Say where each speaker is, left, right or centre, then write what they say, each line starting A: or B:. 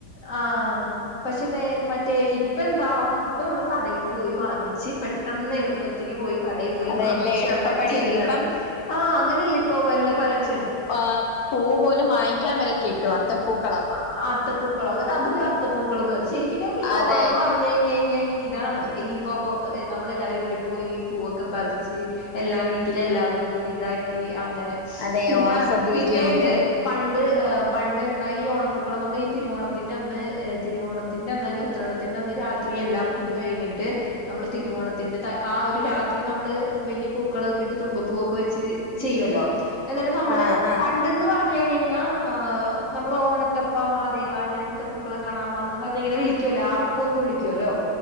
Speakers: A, on the left; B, on the left.
A: ആഹ് പക്ഷെ നേ മറ്റേ ഇപ്പ എന്താ? ഇപ്പൊ നമ്മൾ കടയിൽന്ന് പോയി വാങ്ങിച്ച് പെട്ടെന്ന് എളുപ്പത്തിന് പോയി കടയിൽ പോയി
B: അതെ
A: വാങ്ങി
B: എല്ലാം
A: ച്
B: എളുപ്പപ്പണിയാ
A: അങ്ങനെ ചെയ്യലാണ്
B: ഇപ്പം
A: ആഹ് അങ്ങനെയല്ലേ ഇപ്പ വല്ല പല <unintelligible>
B: ആഹ് പൂ പോലും വാങ്ങിക്കാൻ വരെ കിട്ടും ത്തപ്പൂക്കളം.
A: അ അത്തപ്പൂക്കളം അന്നിട്ട് അത് പിന്നെ അത്തപ്പൂക്കളന്നറയും ശെരിക്കിനും ഈ
B: അതെ
A: ഓണം എന്ന് പറഞ്ഞ കയിഞ്ഞയിഞ്ഞ ഇ ഇതാണ് ഈ ഇപ്പൊ പൊറ്ത്ത് ഇ നമ്മളെല്ലാരും കൂടി പോയി പൂവൊക്കെ പറിച്ച്. എല്ലാ വീട്ടിലും എല്ലാവരും കൂടി ഇതാക്കി അങ്ങനെ
B: അതെ
A: പിന്നെ
B: ഓണസദ്യയൊക്കെ
A: പിന്നെയിണ്ട്.
B: ഉണ്ട്
A: പണ്ട് ഏഹ് പണ്ട് ദ ഈ ഓണപ്പൂക്കളം നമ്മൾ ഈ തിരുവോണത്തിന്റന്ന് ഏഹ് തിരുവോണത്തിന്റെറെന്നല്ല ഉത്രടത്തിന്റന്ന് രാത്രി എല്ലാം. ഇത് കഴിഞ്ഞിട്ട് നമ്മള് തിരുവോണത്തിന്റെ ത ആ ഒരു രാത്രി നമ്മള് വെലിയ പൂക്കളവൊക്കെ ഇട്ട് തുമ്പപ്പൂവൊക്കെ വെച്ച്. ത് ചെയ്യോലോ എന്നിട്ട് നമ്മള്
B: ആ ആ
A: പണ്ട്‌ന്ന് പറഞ്ഞഴ്ഞ് കയ്ഞ്ഞാ ആഹ് നമ്മൾ ഓണത്തപ്പാ മാഹാദേവ ഞാനിട്ട പ്പൂക്കളം കാണാൻ വാന്നും പറഞ്ഞിങ്ങനെ വിളിക്കോല്ലൊ ആ കൂക്ക് വിളിക്കോല്ലോ